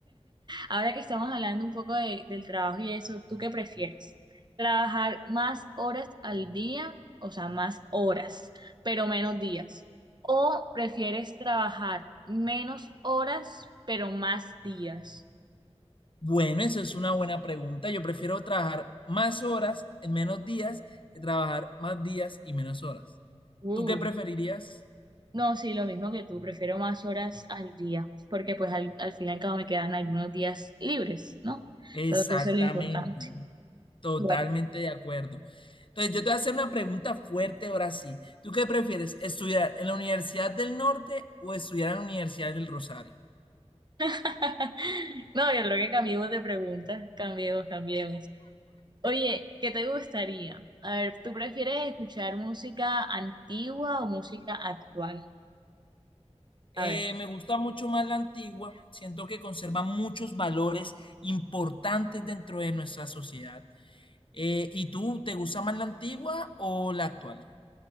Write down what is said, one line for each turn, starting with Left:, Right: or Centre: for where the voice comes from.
Right: Ahora que estamos hablando un poco de- del trabajo y eso, ¿tú qué prefieres? ¿Trabajar más horas al día? O sea, más horas, pero menos días. ¿O prefieres trabajar menos horas, pero más días?
Left: Bueno, esa es una buena pregunta. Yo prefiero trabajar más horas en menos días que trabajar más días y menos horas.
Right: Uh,
Left: ¿Tú qué preferirías?
Right: no, sí, lo mismo que tú, prefiero más horas al día, porque pues al, al fin y al cabo me quedan algunos días libres, ¿no?
Left: Exactamente.
Right: Entonces eso es lo importante.
Left: Totalmente
Right: Bueno,
Left: de acuerdo. Entonces, yo te voy a hacer una pregunta fuerte ahora sí. ¿Tú qué prefieres? ¿Estudiar en la Universidad del Norte o estudiar en la Universidad del Rosario?
Right: <laughs> no, yo creo que cambiemos de pregunta, cambiemos, cambiemos. Oye, ¿qué te gustaría? A ver, ¿tú prefieres escuchar música antigua o música actual? A
Left: Eh,
Right: ver,
Left: me gusta mucho más la antigua. Siento que conserva muchos valores importantes dentro de nuestra sociedad. Eh, ¿y tú, te gusta más la antigua o la actual?